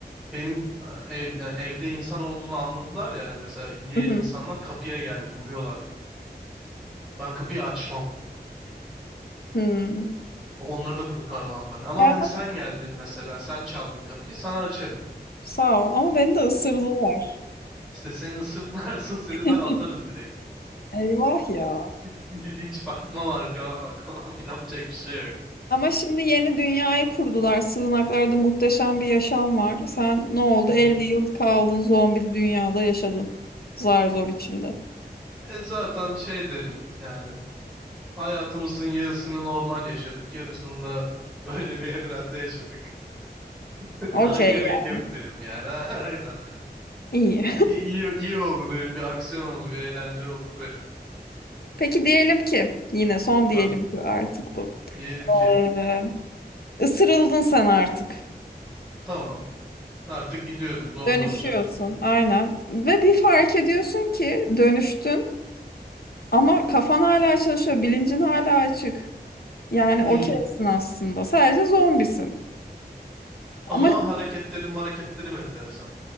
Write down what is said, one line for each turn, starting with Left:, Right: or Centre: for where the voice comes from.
Centre: Benim ev, yani evde insan olduğunu anladılar yani mesela diğer
Left: <laughs>
Centre: insanlar kapıya geldi vuruyorlar kapıyı. Ben kapıyı açmam.
Left: Hmm.
Centre: Onları da kurtarmam ben. Ama
Left: E ama
Centre: hani sen geldin mesela. Sen çaldın kapıyı. Sana açarım.
Left: sağ ol. Ama beni de ısırdılar.
Centre: İşte seni ısırırlarsa <laughs> seni
Left: <laughs>
Centre: ben atarım direkt.
Left: Eyvah ya.
Centre: <laughs> Hiç bakmam arkama bakmam. <laughs> Yapacak bir şey yok.
Left: Ama şimdi yeni dünyayı kurdular. Sığınaklarda muhteşem bir yaşam var. Sen ne oldu?
Centre: Hı hı.
Left: 50 yıl kaldın zombili dünyada yaşadın. Zar zor içinde.
Centre: E zaten şey derim yani hayatımızın yarısını normal yaşadık. Yarısını da böyle bir evrende yaşadık. <laughs>
Left: Okey
Centre: Daha gerek
Left: ya.
Centre: yok derim yani. <laughs> Aynen.
Left: İyi.
Centre: İyi, iyi, iyi oldu derim. Bir aksiyon oldu, bir eğlence oldu derim.
Left: <laughs> Peki diyelim ki yine son diyelim
Centre: Ha,
Left: ki artık bu.
Centre: diyelim ki
Left: Ee, ısırıldın sen artık.
Centre: tamam artık gidiyorum zombi
Left: Dönüşüyorsun
Centre: olacağım.
Left: aynen. Ve bir fark ediyorsun ki dönüştün ama kafan hala çalışıyor, bilincin hala açık. Yani
Centre: Hmm.
Left: okeysin aslında. Sadece zombisin. Ama
Centre: Ama hareketleri hareketleri enteresan.